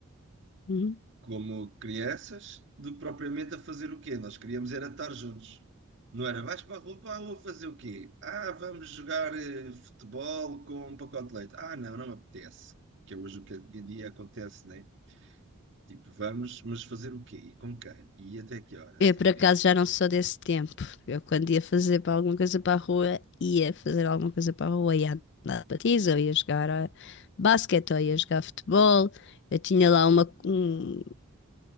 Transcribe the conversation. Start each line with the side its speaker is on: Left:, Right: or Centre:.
Left: uhum.
Right: como crianças, de propriamente a fazer o quê? Nós queríamos era estar juntos. Não era, vais para a rua, para a rua fazer o quê? Ah, vamos jogar eh, futebol com um pacote de leite. Ah, não, não me apetece. Que é hoje o que hoje em dia acontece, né? Tipo, vamos, mas fazer o quê? E com quem? E até que horas?
Left: Eu,
Right: E-
Left: por acaso, já não sou desse tempo. Eu, quando ia fazer para alguma coisa para a rua, ia fazer alguma coisa para a rua, ia andar de patins, ou ia jogar a basquete, ou ia jogar futebol. Eu tinha lá uma, um,